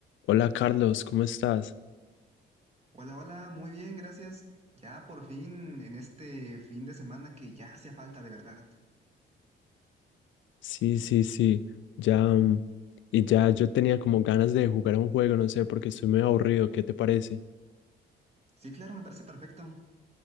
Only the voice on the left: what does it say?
Hola Carlos, ¿cómo estás?
Sí, sí, sí, ya, mm, y ya yo tenía como ganas de jugar un juego, no sé, porque estoy muy aburrido, ¿qué te parece?